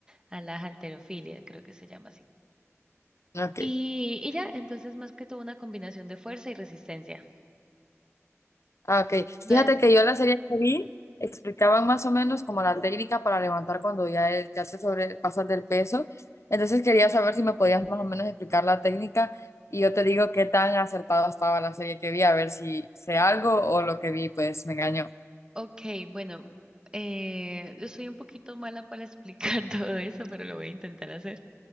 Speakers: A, on the right; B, on the left.
A: a la halterofilia, creo que se llama así.
B: ok.
A: Y, y ya, entonces más que todo una combinación de fuerza y resistencia.
B: Ah, ok.
A: No
B: Fíjate
A: es,
B: que yo la serie que vi explicaban más o menos como la técnica para levantar cuando ya, es- ya te sobrepasas del peso. Entonces quería saber si me podías más o menos explicar la técnica y yo te digo qué tan acertado estaba la serie que vi, a ver si sé algo o lo que vi pues me engañó.
A: ok, bueno, eh, yo soy un poquito mala para explicar <laughs> todo eso, pero lo voy a intentar hacer.